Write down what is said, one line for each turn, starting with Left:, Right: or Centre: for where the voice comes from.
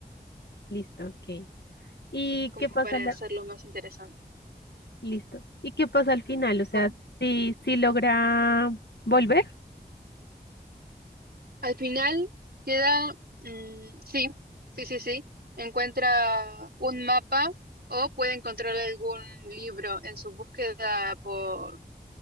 Left: Listo, ok. ¿Y
Right: como
Left: qué pasa
Right: para
Left: la-
Right: hacerlo más interesante.
Left: listo? ¿Y qué pasa al final? O sea,
Right: Como-
Left: si, si logra volver.
Right: Al final queda, mm, sí, sí, sí, sí, encuentra un mapa o puede encontrar algún libro en su búsqueda por,